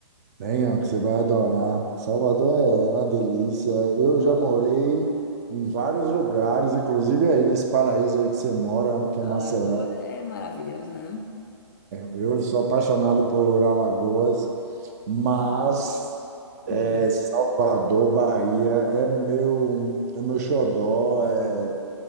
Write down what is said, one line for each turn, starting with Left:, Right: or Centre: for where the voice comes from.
Right: tem, ó, que você vai adorar. Salvador é uma delícia. Eu já morei em vários lugares, inclusive aí nesse paraíso aí que você mora, que
Left: Alagoas
Right: é Maceió.
Left: é maravilhoso, não?
Right: Eu sou apaixonado por Alagoas, mas é,
Left: Hum.
Right: Salvador, Bahia, é meu, é meu xodó, é,